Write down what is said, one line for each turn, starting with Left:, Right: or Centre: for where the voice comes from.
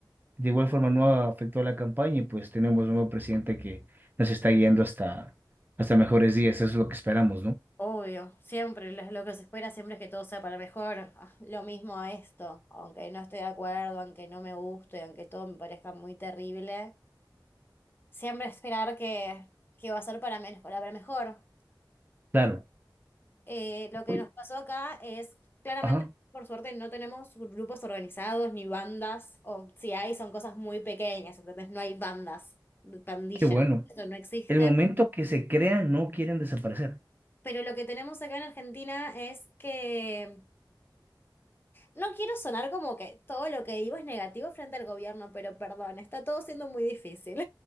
Right: de igual forma no afectó a la campaña y pues tenemos un nuevo presidente que nos está guiando hasta, hasta mejores días. Eso es lo que esperamos, ¿no?
Left: Obvio, siempre lo, lo que se espera siempre es que todo sea para mejor. Ah, Lo mismo a esto, aunque no esté de acuerdo, aunque no me guste, aunque todo me parezca muy terrible, siempre esperar que, que va a ser para menos, para mejor.
Right: Claro.
Left: Eh, lo que
Right: Uy,
Left: nos pasó acá es, claramente,
Right: ajá,
Left: por suerte, no tenemos grupos organizados ni bandas, o si hay, son cosas muy pequeñas, entonces no hay bandas, pandillas,
Right: qué bueno.
Left: eso no existe.
Right: El momento que se crean, no quieren desaparecer.
Left: Pero lo que tenemos acá en Argentina es que No quiero sonar como que todo lo que digo es negativo frente al gobierno, pero perdón, está todo siendo muy difícil.